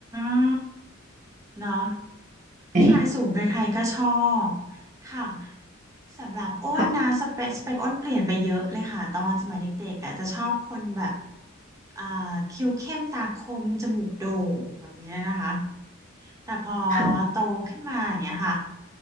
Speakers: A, on the right (about 15°); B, on the right (about 35°).
A: าเนาะผู้ชายสูงใครๆก็ชอบ
B: ใช่
A: ค่ะสำหรับอ้นนะสเปคสเปคอ้นเปลี่ยนไปเยอะเลยค่ะตอนสมัยเด็กๆอ่ะจะชอบคนแบบ
B: ค่ะ
A: อ่าคิ้วเข้มตาคมจมูกโด่งแบบนี้นะคะแต่พอ
B: ค่ะ
A: โตขึ้นมาอย่างเงี้ยค่ะ